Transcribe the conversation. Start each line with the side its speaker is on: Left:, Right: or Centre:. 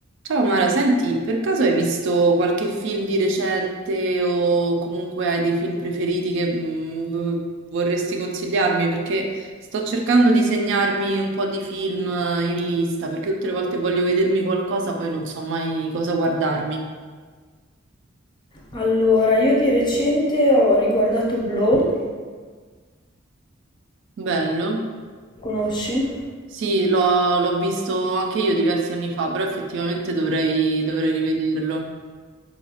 Right: Ciao Mara, senti, per caso hai visto qualche film di recente o comunque hai dei film preferiti che mm, vorresti consigliarmi? Perché sto cercando di segnarmi un po' di film eh, in lista, perché tutte le volte voglio vedermi qualcosa, poi non so mai cosa guardarmi.
Left: Allora, io di recente ho riguardato Blow,
Right: Bello?
Left: conosci?
Right: Sì, l'ho l'ho visto anche io diversi anni fa, però effettivamente dovrei, dovrei rivederlo.